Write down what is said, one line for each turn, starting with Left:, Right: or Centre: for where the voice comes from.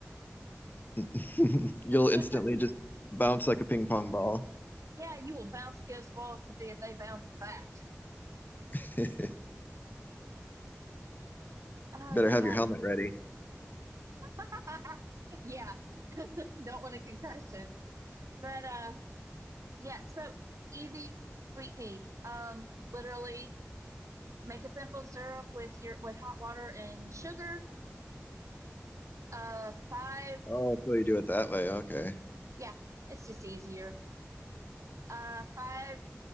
Left: <laughs> You'll instantly
Right: whoop. <laughs>
Left: just bounce like a ping pong ball.
Right: yeah, you will bounce against walls to see if they bounce back.
Left: <laughs>
Right: Uh,
Left: You better
Right: but
Left: have
Right: yeah,
Left: your helmet ready.
Right: <laughs> yeah, <laughs> don't want a concussion. But uh, yeah, so easy, sweet pea. Um, literally Make a simple syrup with your with hot water and sugar. Uh, five.
Left: Oh, so you do it that way. Okay.
Right: Yeah, it's just easier. Uh, five